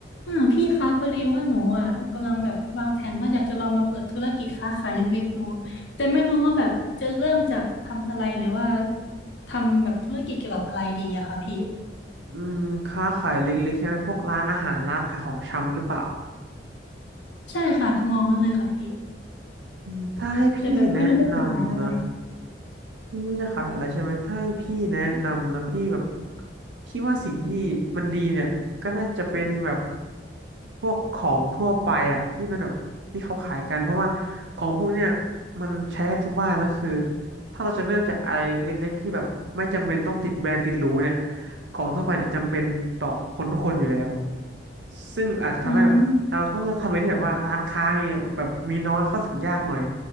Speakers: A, on the left (about 75°); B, on the right (about 75°).
A: อ่าพี่คะพอดีว่าหนูอ่ะกำลังแบบวางแผนว่าอยากจะลองมาเปิดธุรกิจค้าขายเล็กๆดูแต่ไม่รู้ว่าแบบจะเริ่มจากทำอะไรหรือว่าทำแบบธุรกิจเกี่ยวกับอะไรดีอะค่ะพี่
B: อืมค้าขายเล็กๆใช่ไหมพวกร้านอาหารร้านขายของชำหรือเปล่า
A: ใช่ค่ะทำนองนั้นเลยค่ะพี่
B: อืมถ้าให้พี่แนะนำนะ
A: แต่แบบไม่รู้ว่าจะขายอะไร
B: ไม่รู้จะขายอะไรใช่ไหมถ้าให้พี่แนะนำนะพี่แบบพี่ว่าสิ่งที่มันดีเนี่ยก็น่าจะเป็นแบบพวกของทั่วไปอะที่เป็นแบบที่เขาขายกันเพราะว่าของพวกเนี่ยมันใช้ได้ทุกบ้านแล้วคือถ้าเราจะเริ่มจากอะไรเล็กๆที่แบบไม่จำเป็นต้องติดแบรนด์ติดหรูเนี่ยของทั่วไปเนี่ยจำเป็นต่อคนทุกคนอยู่แล้วซึ่งอาจจะทำให้แบบเราต้องเลือกทำอะไรที่แบบว่าร้านค้ามีแบบมีน้อยเข้าถึงยากหน่อย
A: อืม